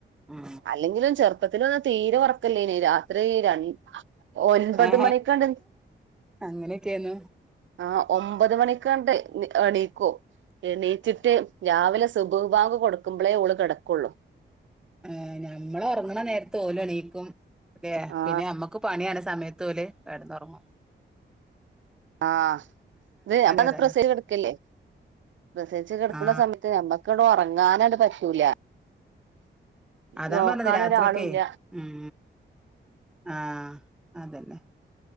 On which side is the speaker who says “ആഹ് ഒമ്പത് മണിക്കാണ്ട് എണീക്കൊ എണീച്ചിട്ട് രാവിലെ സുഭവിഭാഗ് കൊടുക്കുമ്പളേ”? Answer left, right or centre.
Right